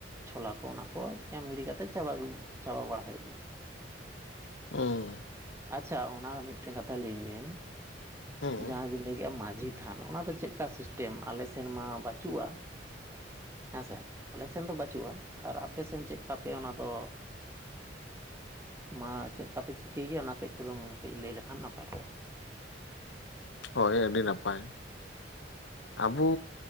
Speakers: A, on the right; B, on the left.
A: ᱪᱷᱳᱞᱟ ᱠᱚ ᱚᱱᱟ ᱠᱚ ᱮᱢ ᱜᱤᱰᱤ ᱠᱟᱛᱮ ᱪᱟᱵᱟ ᱪᱟᱵᱟ ᱵᱟᱲᱟ ᱦᱩᱭᱩᱜ ᱜᱮᱭᱟ
B: ᱚ <unintelligible>
A: ᱟᱪᱪᱷᱟ ᱚᱱᱟ ᱢᱤᱫᱴᱮᱱ ᱠᱟᱛᱷᱟ ᱞᱟᱹᱭᱟᱹᱧ ᱵᱤᱱ
B: ᱦᱩᱸ
A: ᱡᱟᱦᱟᱸᱵᱤᱱ ᱞᱟᱹᱭ ᱠᱮᱫᱼᱟ ᱢᱟᱡᱷᱤ ᱛᱟᱱ ᱚᱱᱟ ᱫᱚ ᱪᱮᱫ ᱞᱮᱠᱟ ᱥᱤᱥᱴᱮᱢ ᱟᱞᱮ ᱥᱮᱱ ᱢᱟ ᱵᱟᱹᱪᱩᱜᱼᱟ ᱦᱮᱸᱥᱮ ᱟᱞᱮᱥᱮᱱ ᱫᱚ ᱵᱟᱹᱪᱩᱜᱼᱟ ᱟᱨ ᱟᱯᱮᱥᱮᱱ ᱪᱮᱫ ᱞᱮᱠᱟᱯᱮ ᱚᱱᱟ ᱫᱚ ᱢᱟ ᱪᱮᱫ ᱞᱮᱠᱟ ᱯᱮ ᱪᱤᱠᱟᱹᱭ ᱜᱮᱭᱟ ᱚᱱᱟ ᱠᱟᱹᱡ ᱪᱚᱞᱩ ᱠᱟᱹᱡ ᱞᱟᱹᱭ ᱞᱮᱠᱷᱟᱱ ᱱᱟᱯᱟᱭ ᱠᱚᱜᱼᱟ
B: ᱦᱚᱭ ᱟᱹᱰᱤ ᱱᱟᱯᱟᱭ ᱟᱵᱚ